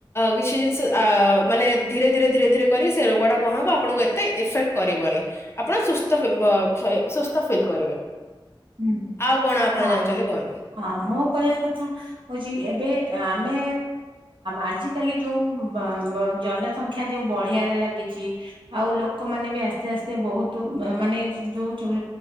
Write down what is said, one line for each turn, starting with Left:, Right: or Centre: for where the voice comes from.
Left: କିଛି ଜିନିଷ ମାନେ ଧୀରେ ଧୀରେ ଧୀରେ ଧୀରେ କରି ସେ ରୋଗଟା କଣ ହବ ଆପଣଙ୍କୁ ଏତେ ଇଫେକ୍ଟ। କରିବନି ଆପଣ ସୁସ୍ଥ ଫିଲ୍ କରିବେ।
Right: ହୁଁ।
Left: ଆଉ କଣ ଆପଣ
Right: ହଁ
Left: ଜାଣିଛନ୍ତି କୁହନ୍ତୁ?
Right: ହଁ ମୁଁ କହିବା କଥା ହେଉଛି ଏବେ ଆମେ ଆଜିକାଲି ଯେଉଁ ଜନସଂଖ୍ୟା ଯେଉଁ ବଢ଼ିବାରେ ଲାଗିଛି ଆଉ ଲୋକ। ଲୋକମାନେ ବି ଆସ୍ତେ ଆସ୍ତେ ବହୁତ ମାନେ ଯେଉଁ ସବୁ